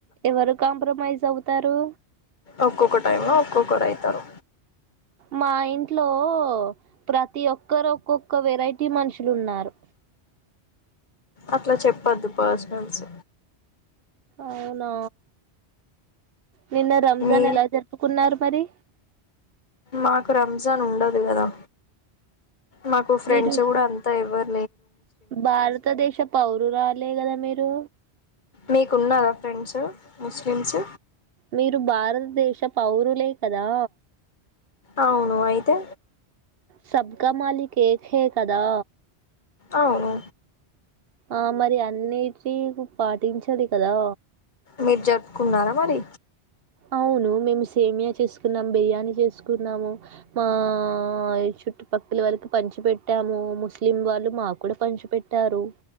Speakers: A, on the right; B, on the left.
A: ఎవరు కాంప్రమైజ్ అవుతారు
B: ఒక్కొక్క టైమ్ లో ఒక్కొక్కరు అయితారు
A: మా ఇంట్లో ప్రతి ఒక్కరు ఒక్కొక్క వెరైటీ మనుషులు ఉన్నారు
B: అట్లా చెప్పద్దు పర్సనల్స్
A: అవునా నిన్న రంజాన్
B: మీ
A: ఎలా జరుపుకున్నారు మరి
B: మాకు రంజాన్ ఉండదు గదా, మాకు ఫ్రెండ్స్
A: మీరు
B: గూడా అంతా ఎవ్వర్.
A: భారతదేశ పౌరురాలే కదా మీరు
B: మీకున్నారా ఫ్రెండ్స్ ముస్లిమ్స్
A: మీరు భారతదేశ పౌరులే కదా
B: అవును అయితే
A: సబ్కా మాలక్ ఏక్ కదా
B: అవును
A: ఆ మరి అన్నిటిని పాటించాలి కదా
B: మీరు జపుకున్నారా మరి
A: అవును మేము సేమియా చేసుకున్నాం బిర్యానీ చేసుకున్నాము మా చు చుట్టుపక్కల వారికి పంచి పెట్టాము ముస్లిం వాళ్ళు మాకు కూడా పంచి పెట్టారు